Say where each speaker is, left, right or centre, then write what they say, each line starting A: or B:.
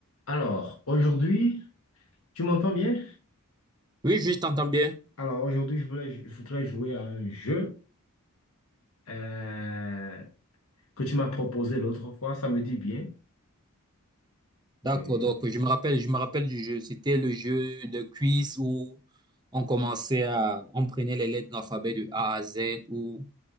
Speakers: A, on the left; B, on the right.
A: Alors, aujourd'hui, tu m'entends bien?
B: Oui, oui, je t'entends bien.
A: Alors, aujourd'hui, je voulais- je voudrais jouer à un jeu euh, que tu m'as proposé l'autre fois. Ça me dit bien.
B: D'accord,
A: Et
B: donc je me rappelle, je me rappelle du jeu. C'était le jeu de quiz où on commençait à, on prenait les lettres de l'alphabet de A à Z, où